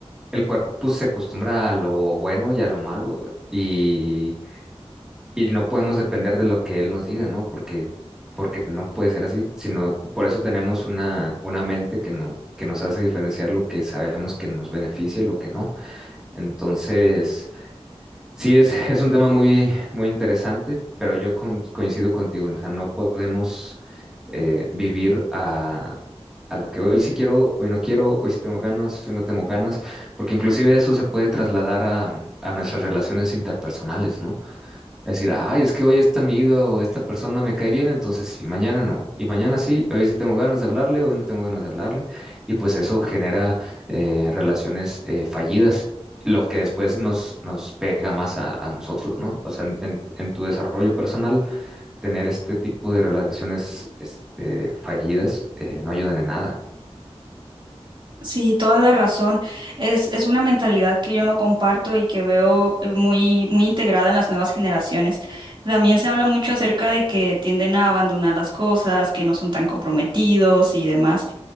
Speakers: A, in the centre; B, on the right.
A: el cuerpo se acostumbra a lo bueno y a lo malo, y Y no podemos depender de lo que él nos diga, ¿no? Porque, porque no puede ser así, sino por eso tenemos una, una mente que no, que nos hace diferenciar lo que sabemos que nos beneficia y lo que no. Entonces, sí, es, <laughs> es un tema muy, muy interesante, pero yo con- coincido contigo, ¿no? o sea, no podemos eh, vivir a, a lo que hoy sí quiero, hoy no quiero, hoy sí tengo ganas, hoy no tengo ganas, porque inclusive eso se puede trasladar a, a nuestras relaciones interpersonales, ¿no? Decir, ay, es que hoy esta amiga o esta persona me cae bien, entonces sí, mañana no. Y mañana sí, hoy sí tengo ganas de hablarle, hoy no tengo ganas de hablarle. Y pues eso genera eh, relaciones eh, fallidas, lo que después nos, nos pega más a, a nosotros, ¿no? O sea, en, en- en tu desarrollo personal, tener este tipo de relaciones este, fallidas eh, no ayudan en nada.
B: Sí, toda la razón. Es, es una mentalidad que yo no comparto y que veo eh, muy, muy integrada en las nuevas generaciones. También se habla mucho acerca de que tienden a abandonar las cosas, que no son tan comprometidos y demás.